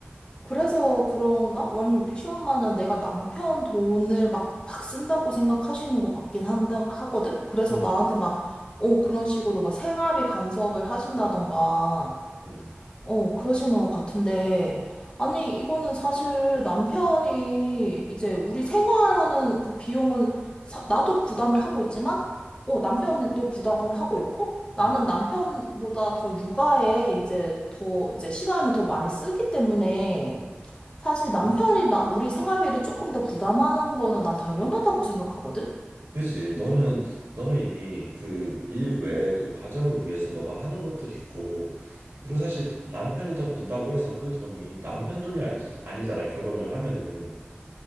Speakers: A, on the left; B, on the right.
A: 그래서 그런가? 아니, 우리 시엄마는 내가 남편 돈을 막, 막 쓴다고 생각하시는 것 같긴 한다, 하거든? 그래서
B: 응,
A: 나한테 막, 어, 그런 식으로 막 생활비 간섭을 하신다던가,
B: 응,
A: 어, 그러시는 것 같은데. 아니, 이거는 사실 남편이 이제 우리 생활하는 그 비용은 사- 나도 부담을 하고 있지만, 어, 남편도 부담을 하고 있고, 나는
B: 응,
A: 남편보다 더 육아에 이제 더, 이제 시간을 더 많이 쓰기 때문에,
B: 응,
A: 사실 남편이
B: 응.
A: 나, 우리 생활비를 조금 더 부담하는 거는 난 당연하다고 생각하거든?
B: 그지 너는 너는 이미 그 일 외에도 가정을 위해서 너가 하는 것들이 있고 그리고 사실 남편이 더 번다고 해서 그 돈이 남편 돈이 아니, 아니잖아 결혼을 하면은